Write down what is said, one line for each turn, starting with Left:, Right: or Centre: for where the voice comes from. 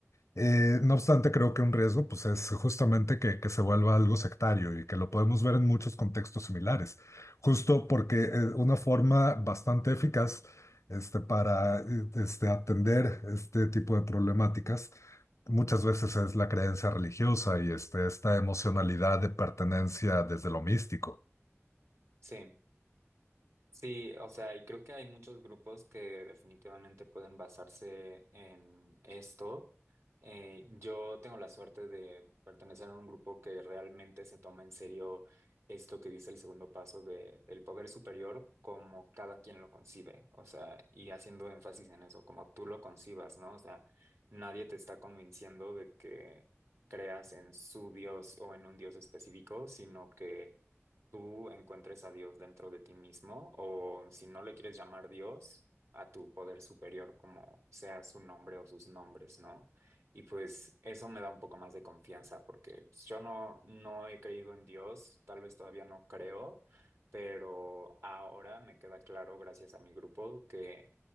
Left: eh,
Right: Ujú.
Left: no obstante, creo que un riesgo pues, es justamente que, que se vuelva algo sectario y que lo podemos ver en muchos contextos similares, justo porque eh, una forma bastante eficaz este, para eh, este, atender este tipo de problemáticas muchas veces es la creencia religiosa y este, esta emocionalidad de pertenencia desde lo místico.
Right: Sí. Sí, o sea, y creo que hay muchos grupos que definitivamente pueden basarse en esto. Eh, yo tengo la suerte de pertenecer a un grupo que realmente se toma en serio esto que dice el segundo paso de el poder superior como cada quien lo concibe, o sea, y haciendo énfasis en eso, como tú lo concibas, ¿no? O sea, nadie te está convenciendo de que creas en su Dios o en un Dios específico, sino que tú encuentres a Dios dentro de ti mismo o si no le quieres llamar Dios, a tu poder superior como sea su nombre o sus nombres, ¿no? Y pues eso me da un poco más de confianza porque pues, yo no, no he creído en Dios, tal vez todavía no creo, pero ahora me queda claro gracias a mi grupo que